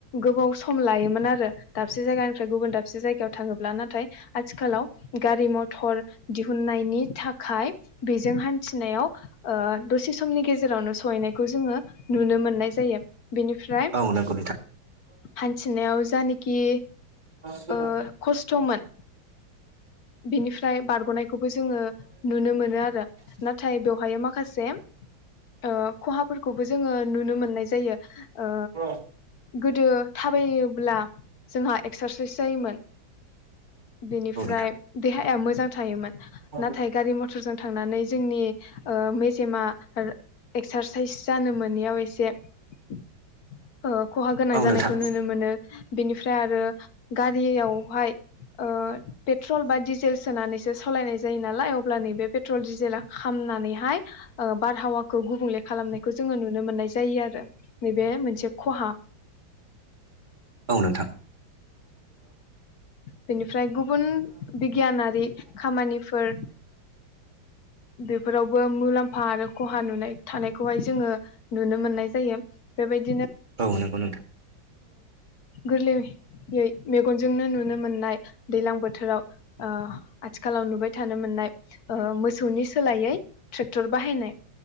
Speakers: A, on the left; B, on the right.
A: गोबाव सम लायोमोन आरो दाबसे जायगानिफ्राय गुबुन दाबसे जायगायाव थाङोब्ला नाथाय आथिखालाव गारि म थर दिहुननायनि थाखाय बेजों हान्थिनायाव ओ दसे समनि गेजेरावनो सहैनायखौ जोङो नुनो मोननाय जायो बेनिफ्राय
B: औ नंगौ
A: हान्थिनायाव जानोखि
B: नोंथां
A: ओ खस्थ'मोन बेनिफ्राय बारग'नाय खौबो जोङो नुनो मोनो आरो नाथाय बेवहाय मा खासे ओ खहाफोरखौबो जोङो नुनो मोननाय जायो। ओ
B: औ
A: गोदो थाबायोब्ला जोंहा एक्सारसाइस जायोमोन। बेनिफ्राय
B: नोंथां
A: देहाया मोजां थायोमोन।
B: औ
A: नाथाय गारि म थर जों थांनानै जोंनि ओ मेजेमा एक्सारसाइस जानो मोनैयाव ए से खहा गोनां जानायखौ
B: नोंथां
A: नुनो मोनो। बेनिफ्राय आरो गारियावहाय ओ पेट्र ट्रल बा डिजेल्स सोनानै सो सलायनाय जायो नालाय अब्ला नैबे प्रेट्रल, डि जेला खामनानैहाय ओ बारहावा खौ गुबुंले खालामनायखौ जोङो नुनो मोननाय जायो आरो नैबे मोनसे खहा
B: औ नोंथां
A: बेनिफ्राय गुबुन बिगियानारि खामानिफोर बेफोरावबो मुलाम्फा आरो खहा नुनाय थानायखौहाय जोङो नुनो मोननाय जायो बेबायदि
B: औ नंगौ नोंथां
A: गोरलैयै मेगनजोंनो नुनो मोननाय दैज्लां बोथोराव आथिखालाव नुबाय थानो मोननाय मोसौनि सोलायै ट्रेक्टर बाहायनाय